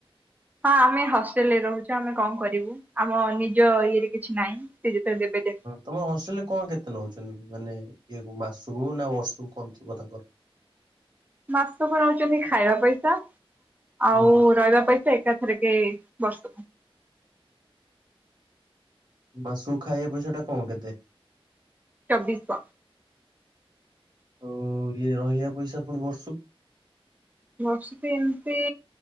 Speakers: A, on the right; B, on the right.
A: ହଁ ଆମେ ହଷ୍ଟେଲରେ ରହୁଚୁ ଆମେ କଣ କରିବୁ ଆମ ନିଜ ଇଏରେ କିଛି ନାହିଁ। ସେ ଯେତେ <unintelligible>
B: ତମର ହଷ୍ଟେଲରେ କଣ କେତେ ନଉଚନ୍ତି ମାନେ ଇଏ ମାସକୁ ନା ବର୍ଷକୁ କଣ ଥିବ ତାଙ୍କର।
A: ମାସକୁ ନଉଚନ୍ତି ଖାଇବା ପଇସା
B: ହୁଁ
A: ଆଉ ରହିବା ପଇସା ଏକା ଏଥରେ କେ ବର୍ଷକୁ।
B: ମାସୁକୁ ଖାଇବା ପଇସା ଟା କଁ କେତେ?
A: ଚବିଶ।
B: ଆଉ ଇଏ ରହିବା ପଇସା ପୁଣି ବର୍ଷକୁ?
A: ବର୍ଷକୁ ଏମ୍ତି